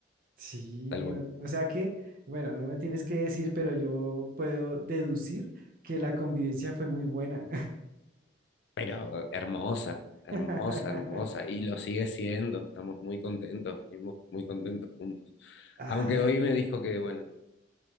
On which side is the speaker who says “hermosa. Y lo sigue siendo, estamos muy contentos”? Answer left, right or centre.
Left